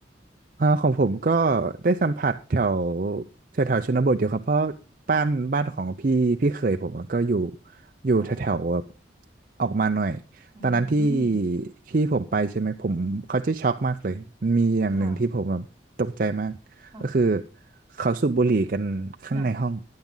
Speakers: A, on the right (about 50°); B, on the right (about 20°).
A: อ่าของผมก็ได้สัมผัสแถวแถวแถวชนบทอยู่ครับเพราะบ้านบ้านของพี่พี่เขยผมอะก็อยู่อยู่แถวแถวแบบ
B: อ๋อ
A: ออกมาหน่อย
B: อื
A: ตอนนั้นที่
B: ม
A: ที่ผมไปใช่ไหมผมเขาจะช็อกมากเลย มีอย่างหนึ่งที่ผมแบบตกใจมากก็คือ
B: ค่ะค่ะ
A: เขาสูบบุหรี่กันข้างในห้อง
B: หนัก